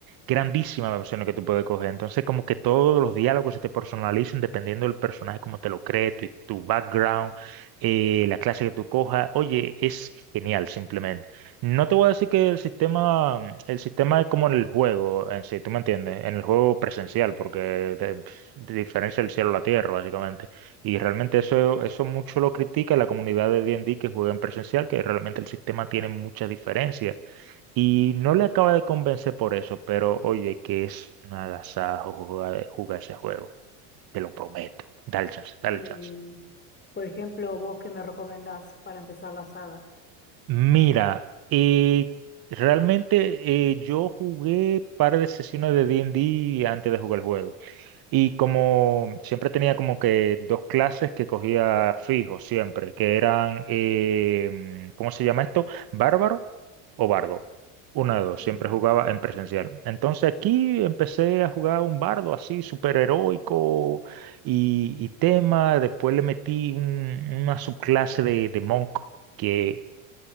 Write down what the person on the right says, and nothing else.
grandísima de opciones que tú puedes coger. Entonces, como que todos los diálogos se te personalizan dependiendo del personaje, como te lo cree, tu, tu background, eh, la clase que tú cojas. Oye, es genial, simplemente. No te voy a decir que el sistema, el sistema es como en el juego en sí, ¿tú me entiendes? En el juego presencial, porque te, te diferencia el cielo a la tierra, básicamente y realmente eso, eso mucho lo critica la comunidad de D and D que juega en presencial, que realmente el sistema tiene muchas diferencias. Y no le acaba de convencer por eso, pero oye, que es un agasajo jugar, jugar ese juego. Te lo prometo. Dale chance, dale
chance.
Mira, eh, realmente eh, yo jugué par de sesiones de D and D antes de jugar el juego. Y como siempre tenía como que dos clases que cogía fijo siempre, que eran, eh, ¿cómo se llama esto? Bárbaro o bardo. Una de dos,
siempre jugaba en presencial. Entonces aquí empecé a jugar un bardo así, súper heroico y, y tema. Después le metí un- una subclase de, de monk, que